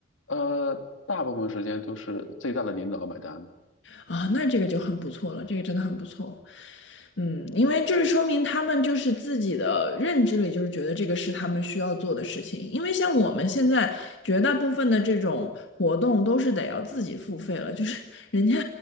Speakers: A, on the left; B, on the left.
A: 呃，大部分时间都是最大的领导买单。
B: 啊，那这个就很不错了，这个真的很不错。嗯，因为这是说明他们就是自己的认知里，就是觉得这个是他们需要做的事情。因为像我们现在绝大部分的这种活动都是得要自己付费了，就是 <laughs> 人家